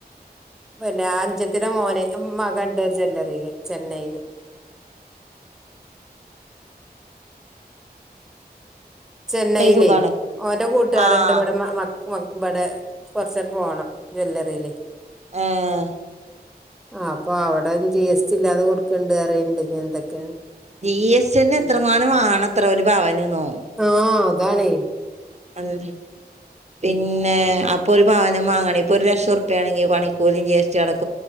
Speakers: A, in the centre; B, on the right (about 40°).
A: പിന്നെ അനുജത്തിന്റെ മോനെ മക ണ്ട് ജ്വല്ലറിയില് ചെന്നൈയില് ചെന്നൈയിലേ
B: ണ്ടെങ്കി സുഖാണ്
A: ഓന്റെ കൂട്ടുകാരുണ്ട്
B: ആഹ്
A: ഇവിടെ മ ഇബടെ കൊറച്ചു പോണം ജ്വല്ലറിയിലെ
B: ഏഹ്
A: ആഹ് അപ്പൊ അവിടെ ജി എസ് ടി ഇല്ലാതെ കൊടുക്കണ് ണ്ട് അറിയണ് ണ്ട് ഇങ്ങനത്തെക്കെ
B: ജി എസ് ടി എന്നെ എത്ര മാനം മാണ ത്ര ഒരു പവന് ന്നോ
A: ആഹ് അതാണ്
B: <inaudible> പിന്നെ അപ്പൊ ഒരു പവന് മാങ്ങണെ ഇപ്പൊ ഒരു ലക്ഷം ഉറുപ്പയാണെങ്കി പണിക്കൂലി ജി എസ് ടി അടക്ക